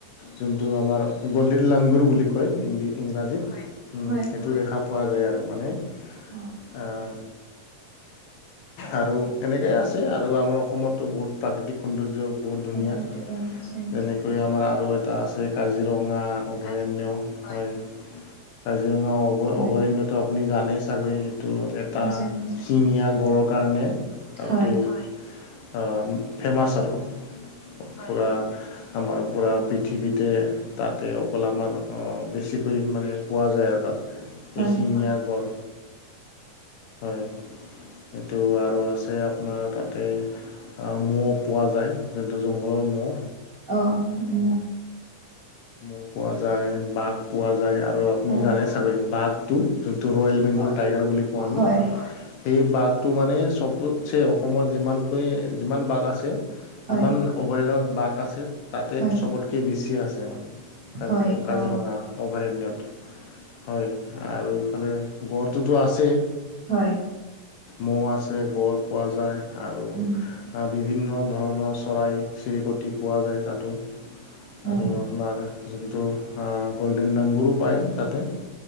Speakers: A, on the left; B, on the right.
A: যোনটো আমাৰ গ'ল্ডেন লাংগুৰ বুলি- কয় ইংৰাজীত, হয়, উম'
B: হয়
A: সেইটো দেখা পোৱা যায় আৰু মানে-
B: অ
A: অঁ। আৰু এনেকাই আছে আৰু আমাৰ অসমতো বহুত প্ৰাকৃতিক সৌন্দৰ্য- বহুত ধুনীয়া
B: পাবৈ এতিয়া অঁ হৈছে।
A: যেনেকৈ আমাৰ আৰু এটা আছে, কাজিৰঙা, অভয়াৰণ্য, হয়। কাজিৰঙা অভ অভয়াৰণ্যতো
B: হয়
A: অ- আপুনি জানেই চাগৈ এইটো এটা
B: জানে
A: শিঙীয়া গড় কাৰণে আৰু
B: হয়
A: এইটো, হয়'- আঁহ ফেমাচ আৰু। হয়, পুৰা আমাৰ পুৰা পৃথিৱীতে- তাতে অকল আমাৰ অঁ, বেছিকৈ মানে পোৱা যায় আৰু তাত।
B: হয়
A: এশিঙীয়া গঢ়, হয়। সেইটো আৰু আছে আপোনাৰ তাতে আঁ মৌ পোৱা যায়। যোনটো জংঘলৰ মৌ'হ।
B: অহ, উম উম' না।
A: মৌহ পোৱা যায় বাঘ পোৱা যায় আৰু আপুনি
B: হয়
A: জানে চাগৈ বাঘ টো যোনটো ৰয়েল- বেংগল
B: হয়
A: টাইগাৰ বুলি কওঁ আমি,
B: হয়
A: সেই বাঘ- টো মানে চবতছে অসমত যিমানকৈ যিমান বাঘ আছে, সিমান-
B: হয়
A: অভয়াৰণত বাঘ আছে তাতে
B: হয়
A: চবতকে বেছি আছে মানে কাজীৰ
B: হয়
A: কাজিৰঙা-
B: অ
A: অভাৰণ্যত। হয়, আৰু ইফালে, গড়টোতো আছেই।
B: হয়।
A: মৌ আছে গঁড় পোৱা যায় আৰু-
B: উম,
A: আঁ বিভিন্ন ধৰণৰ চৰাই-চিৰিকটি পোৱা যায়। তাতো।
B: হয়,
A: আৰু আপোনাৰ যোনটো আঁ গ'ল্ডেন ডাংগুৰো পায় তাতে। অঁ,